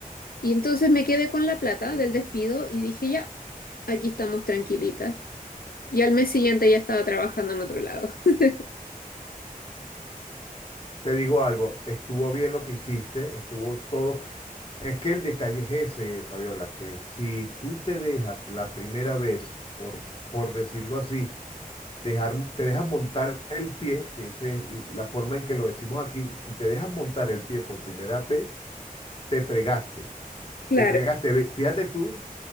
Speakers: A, on the left (about 80°); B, on the left (about 40°).
A: Y entonces me quedé con la plata
B: Mm.
A: del despido y dije, ya, aquí estamos tranquilitas. Y al mes siguiente ya estaba trabajando en otro lado. <laughs>
B: Te digo algo, estuvo bien lo que hiciste, estuvo todo. Es que el detalle es ese, Fabiola, que si tú te dejas la primera vez, por, por decirlo así, dejar, te dejas montar el pie, que esa es la forma en que lo decimos aquí, si te dejas montar el pie por primera vez, te fregaste.
A: Claro,
B: Te fregaste. Fíjate tú